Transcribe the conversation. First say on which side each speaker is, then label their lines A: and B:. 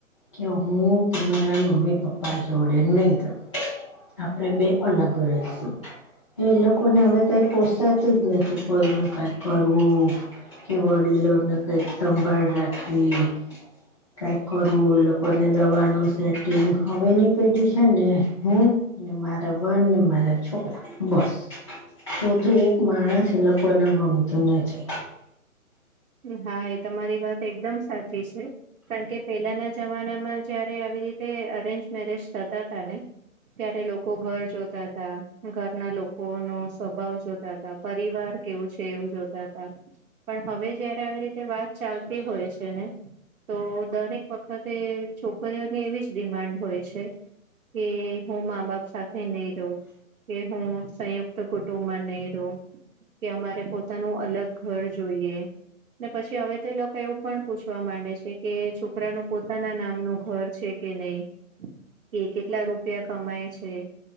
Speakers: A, on the left; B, on the right.
A: કે હું તમરા મમી પપ્પા જોડ નઈ રવ. આપણેે બે અલગ રહીશું એ લોકોને હવે કઈ પો સાતું જ નથી કોઈ ન કંઈ કરવું કે વડીલોને કઈક સંભાળ રાખવી કઈક કરવું એ લોકોને દવાનું સેટિંગ હવે ની પેઢી છે ને હ મારા વન ને મારા છોકરા બસ ચો થું એક માણસ એ લોકોને ગમતું નથી.
B: હા એ તમારી વાત એકદમ સાચી છે. કારણ કે પેલાના જમાનામાં જયારે આવી રીતે અરેન્જ મેરેજ થતા હતા ને ત્યારે લોકો ઘર જોતા હતાા ઘરના લોકો નો સ્વભાવ જોતા હતા. પરિવાર કેવું છે એવું જોતા હતા પણ હવે જારે આવી રીતે વાત ચાલતી હોય છે ને તો દરેક વખતે છોકરીઓની એવી જ ડિમાન્ડ હોય છે કે હું મા બાપ સાથે નહી રહું કે હું સંયુક્ત કુટુંબમાં નહી રહઉ કે અમારે પોતાનું અલગ ઘર જોઈએ ને પછી હવે તો એ લોકો એવું પણ પૂછવા માંડે છે. કે છોકરાનું પોતાના નામનું ઘર છે. કે નહીં કે કેટલા રૂપિયા કમાય છે.